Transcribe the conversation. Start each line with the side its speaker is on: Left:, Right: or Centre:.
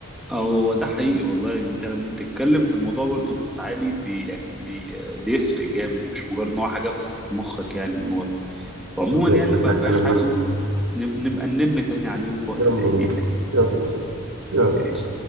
Centre: هو ده حقيقي والله انت لما بتتكلم في الموضوع برضه بصوت عالي بي يعني بي بيفرق جامد مش مجرد ان هو حاجه في مخك يعني من ورا وعموما
Right: شكلي
Centre: يعني
Right: شكلي
Centre: ما
Right: اتكلم
Centre: فيهاش حاجه
Right: معاك
Centre: ممكن
Right: كتير
Centre: نب- نبقى ننم تاني عليهم في وقت
Right: يلا
Centre: تاني
Right: بينا
Centre: يعني
Right: يلا بينا يلا
Centre: ايش